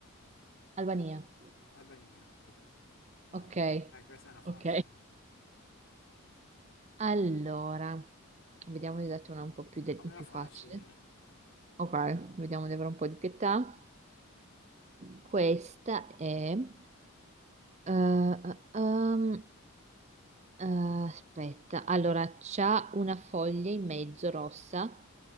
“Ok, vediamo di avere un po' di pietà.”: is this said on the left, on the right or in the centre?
Right